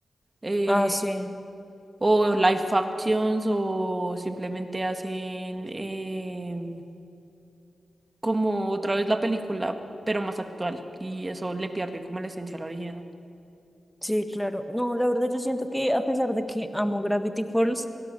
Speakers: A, on the right; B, in the centre.
A: Eh,
B: Ah, sí,
A: o live actions, o simplemente hacen em, como otra vez la película, pero más actual. Y eso le pierde como la esencia a la original.
B: sí, claro. No, la verdad yo siento que a pesar de que amo Gravity Falls,